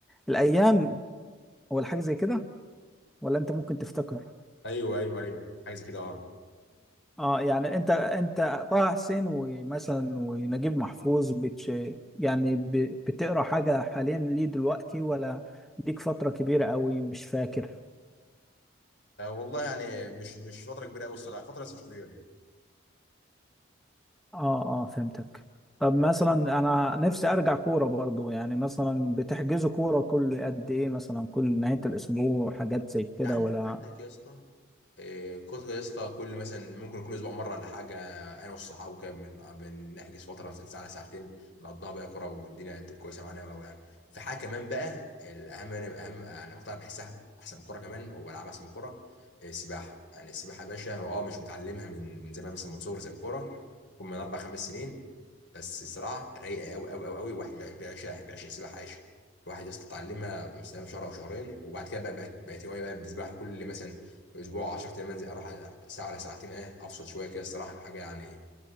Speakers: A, in the centre; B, on the left.
A: الايام ولا حاجة زي كده ولا انت ممكن تفتكر
B: أيوه أيوه أيوه حاجة زي كده أه
A: اه يعني انت انت طه حسين ومثلا ونجيب محفوظ بتش يعني ب... بتقرا حاجه حاليا ليه دلوقتي ولا ليك فتره كبيره قوي مش فاكر
B: آه، والله يعني مش مش فترة كبيرة أوي الصراحة فترة بس مش كبيرة
A: اه اه فهمتك طب مثلا انا نفسي ارجع كوره برضو يعني مثلا بتحجزوا كوره كل قد ايه مثلا كل نهايه الاسبوع حاجات زي كده
B: عند-
A: ولا
B: عندك يا اسطى آه، كتر يا اسطى كل مثلا ممكن كل اسبوع مره ولا حاجه انا والصحاب وكده بن- بنحجز فتره مثلا ساعه ساعتين نقضيها بقى كوره والدنيا تبقى كويسه معانا قوي يعني في حاجه كمان بقى الاهم انا اهم انا بقتنع بحسها احسن من الكوره كمان وبلعبها احسن من الكوره آه، السباحه يعني السباحه يا باشا أنا اه مش متعلمها من من زمان مثلا من صغري زي الكوره ممكن من اربع خمس سنين بس صراحه رايقه قوي قوي قوي قوي الواحد بي- بيعشقها بيعشق السباحه عايش الواحد يا اسطى اتعلمها مثلا شهر او شهرين وبعد كده بقى بقت بقت هوايه بقى بالنسبه لي كل مثلا اسبوع 10 ايام انزل اروح ساعه ولا ساعتين اه افصل شويه كده الصراحه حاجه يعني